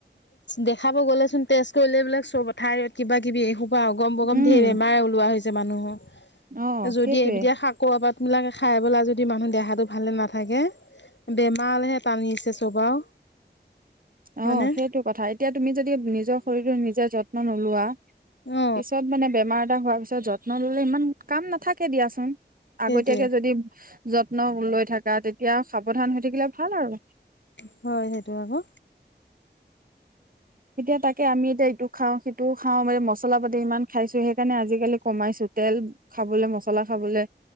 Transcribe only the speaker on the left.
দেখাব গ'লে চোন তেজ কৰিলে এইবিলাক চব এথাইত কিবা কিবি এসো পা অগম বগম
ধেৰ বেমাৰে ওলোৱা হৈছে। যে মানুহক
যদি
এবিদে শাক কৰোবাত বিলাকে খাই পেলাই যদি মানুহ দেহাটো ভালে নাথাকে, বেমাৰলেহে টানিছে চব আও। হয়নে
অ
সেইটোৱে
হয় সেইটো আকৌ।